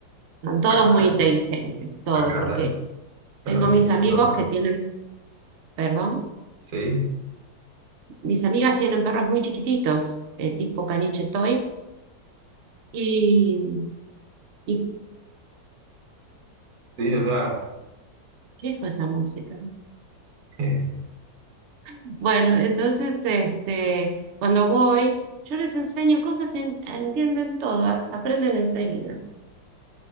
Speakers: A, on the right; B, on the right.
A: Son todos
B: acatan,
A: muy inteligentes, todos,
B: acatan,
A: porque
B: acatan
A: tengo mis
B: muy
A: amigos
B: normal.
A: que tienen, perdón,
B: Sí,
A: mis amigas tienen perros muy chiquititos, eh, tipo caniche toy, y, y
B: sí, o sea,
A: ¿qué fue esa música?
B: <laughs>
A: Bueno, entonces, este, cuando voy, yo les enseño cosas, y en- entienden todo, a- aprenden enseguida.